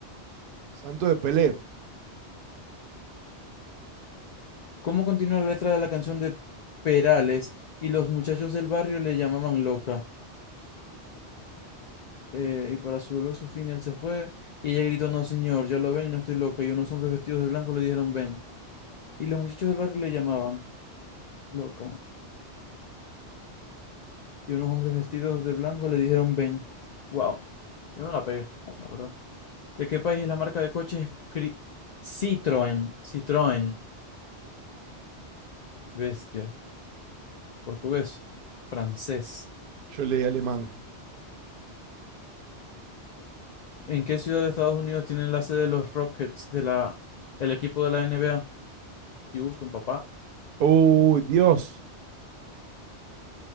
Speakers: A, on the right (about 60°); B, on the left (about 60°).
A: Santo de Pelé.
B: ¿Cómo continúa la letra de la canción de Perales? Y los muchachos del barrio le llamaban loca. Eh, y para su dolor, su final se fue. Y ella gritó: No, señor, ya lo ven, no estoy loca. Y unos hombres vestidos de blanco le dijeron: Ven. Y los muchachos del barrio le llamaban loca. Y unos hombres vestidos de blanco le dijeron: Ven. Wow, yo no la pegué, la verdad. ¿De qué país es la marca de coches Cri- Citroën? Citroën. Bestia. Portugués. Francés.
A: Yo leí alemán.
B: ¿En qué ciudad de Estados Unidos tienen la sede de los Rockets de la, el equipo de la NBA? Houston, papá.
A: Uy, Dios.